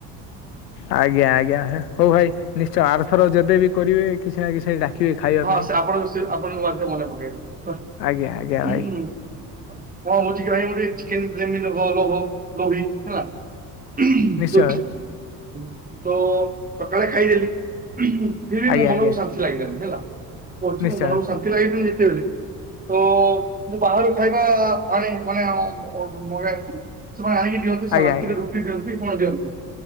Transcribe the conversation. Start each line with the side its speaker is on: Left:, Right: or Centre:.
Left: ଆଜ୍ଞା ଆଜ୍ଞା ହଉ ଭାଇ ନିଶ୍ଚୟ ଆରଥର ଯେବେବି କରିବେ କିଛି ନା କିଛି ଡାକିବେ ଖାଇବା
Right: ହଁ
Left: ପାଇଁ।
Right: ସେ ଆପଣଙ୍କ ବିଷ ଆଣଙ୍କ ମଧ୍ୟ ରେ ମନେ ପକେଇବେ।
Left: ଆଜ୍ଞା ଆଜ୍ଞା
Right: ହୁଁ
Left: ଭାଇ
Right: କଣ ହଉଛି କି ଭାଇ ମୁଁ ଗୋଟେ ଚିକେନ ଫିକେନ୍ ଖ ଗ ଘ ଗଭି ହେଲା <unintelligible>
Left: ନିଶ୍ଚୟ
Right: ତ ସକାଳେ ଖାଇଦେଲି ଫିର୍ ବି
Left: ଆଜ୍ଞା
Right: ମୋ ମନକୁ
Left: ଆଜ୍ଞା
Right: ଶାନ୍ତି ଲାଗିଲାନି ହେଲା କହୁଛି
Left: ନିଶ୍ଚୟ
Right: ମୋ ମନକୁ ଶାନ୍ତି ଲାଗିନି ଯେତେବେଳେ ତ ବାହାରୁ ଖାଇବା ଆଣେ ମାନେ ମାଗୋ ମାନେ ଆଣିକି ଦିଅନ୍ତି
Left: ଆଜ୍ଞା
Right: ରାତିରେ
Left: ଆଜ୍ଞା
Right: ରୁଟି ଦିଅନ୍ତି କଣ ଦିଅନ୍ତି